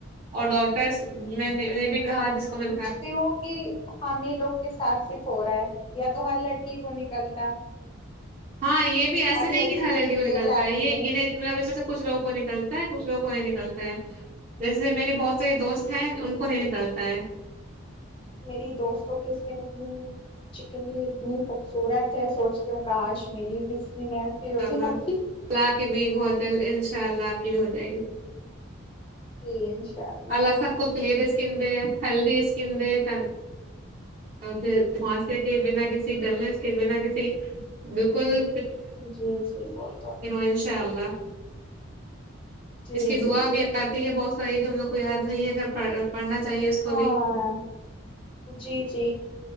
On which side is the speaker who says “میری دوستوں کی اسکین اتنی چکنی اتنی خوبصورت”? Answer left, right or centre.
Left